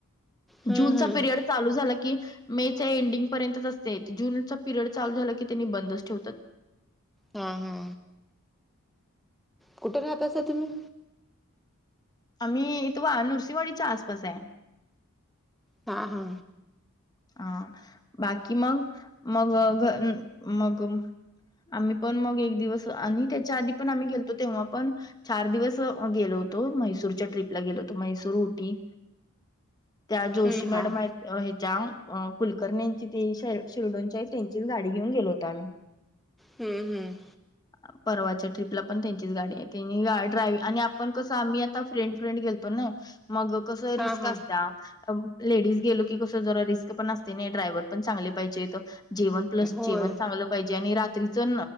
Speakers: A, in the centre; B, on the left.
A: हम्म,
B: जून चा
A: हम्म.
B: पिरियड चालू झाला की मे च्या एंडिंगपर्यंतच असतेय, जूनचा पिरियड चालू झालं की त्यांनी बंदच ठेवतात.
A: हा. हा. कुठ राहता असा तुम्ही?
B: आम्ही ईथ नूरसिंवाडीच्या आसपास आहे.
A: हा, हा.
B: हा बाकी मग, मग मग. आम्ही पण मग एक दिवस आणि त्याच्या आधी पण, आम्ही गेलो तेव्हा पण चार दिवस गेलो होतो, म्हैसूरच्या ट्रिपला गेलो होतो, म्हैसूर उटी. त्या जोशी
A: हम्म हां
B: मॅडम आहेत ह्याच्या अ कुलकर्णीची ते शी-शिरडोंच्या त्यांची गाडी घेऊन गेलो होतो आम्ही.
A: हम्म, हम्म.
B: अ. परवाच्या ट्र्रीपला पण त्यांचीच गाडी आहे त्यांनी ग ड्राय आणि आपण कसं आम्ही आता फ्रेंड-फ्रेंड गेलतो ना मग कस
A: हा
B: रिस्क
A: हा
B: असत्या. लेडीज गेलो की कसं जरा रिस्क थं असतय नाही. ड्रायव्हर पण चांगले पाहिजे. जेवण प्लस
A: होय
B: जेवण चांगलं पाहिजे आणि रात्री जन